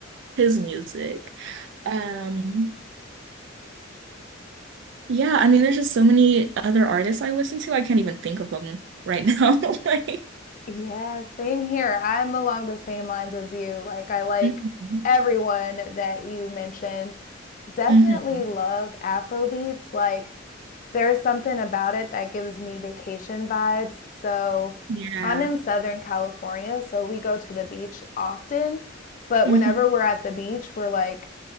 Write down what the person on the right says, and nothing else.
his music. Um, Yeah, I mean, there's just so many other artists I listen to. I can't even think of them right now. <laughs> Like,
Mhm.
Mhm.
Yeah.
Mhm.